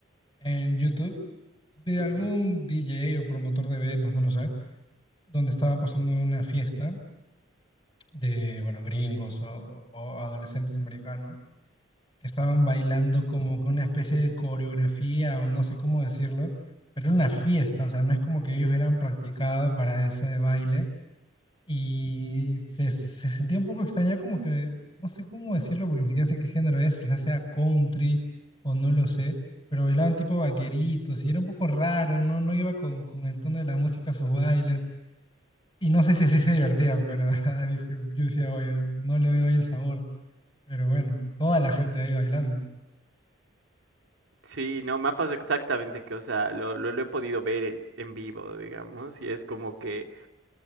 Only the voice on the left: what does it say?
en YouTube de
algún DJ o promotor de eventos, no lo sé, donde estaban pasando una fiesta de, bueno, gringos o, o adolescentes americanos que estaban bailando como que una especie de coreografía o no sé cómo decirlo, pero era una fiesta, o sea, no es como que ellos hubieran practicado para ese baile y se, se sentía un poco extraña como que, no sé cómo decirlo porque ni siquiera sé qué género es, quizás sea country o no lo sé. Pero bailaban tipo vaqueritos y era un poco raro, no, no iba con, con el tono de la música a sus bailes. Y no sé si así se divertía, pero <laughs> dijo- yo decía, oye, no le veo ahí el sabor. Pero bueno, toda la gente ahí bailando.